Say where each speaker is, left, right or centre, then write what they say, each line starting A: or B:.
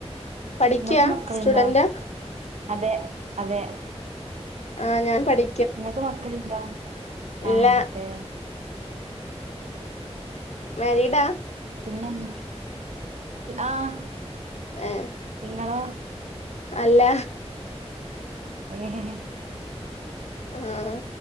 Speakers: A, on the left (about 75°); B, on the right (about 85°).
A: പഠിക്കാ,
B: നിങ്ങൾക്ക് മക്കളുണ്ടോ
A: സ്റ്റുഡന്റ?
B: അതെ അതെ,
A: ആഹ് ഞാൻ പഠി
B: ങ്ങൾക്ക് മക്കളുണ്ടോ?
A: ഇല്ല
B: ആഹ് അതെയ,
A: മേരിഡാ?
B: പിന്നെന്താ? ആഹ്,
A: ഏഹ്,
B: നിങ്ങളോ?
A: അല്ല
B: ഏഹ്, <unintelligible>
A: ആഹ്